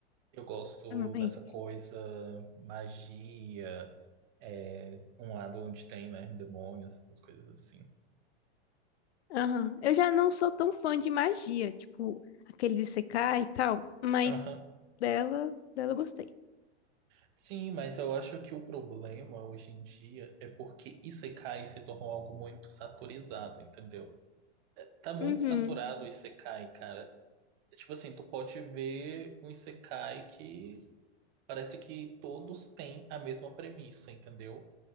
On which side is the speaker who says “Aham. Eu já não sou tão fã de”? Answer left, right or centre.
Left